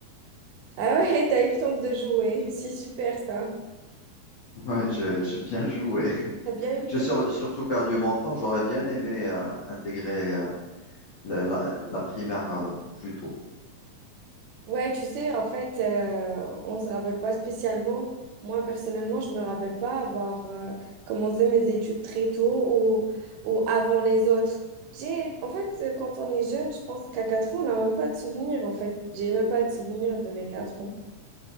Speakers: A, on the right; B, on the left.
A: Ah ouais, <laughs> t'as eu le temps de jouer. <laughs> C'est super ça.
B: <laughs> Ouais, j'ai j'ai bien joué. <laughs>
A: T'as bien eu
B: J'ai
A: le temps.
B: sur- surtout perdu mon temps. J'aurais bien aimé euh, intégrer euh, la, la- la primaire euh, plus tôt.
A: Ouais, tu sais, en fait, euh, on se rappelle pas spécialement. Moi, personnellement, je me rappelle pas avoir euh, commencé mes études très tôt ou, ou avant les autres. J'ai, en fait, euh, quand on est jeune, je pense qu'à 4 ans, on n'a même pas de souvenirs, en fait. J'ai même pas de souvenirs de mes 4 ans.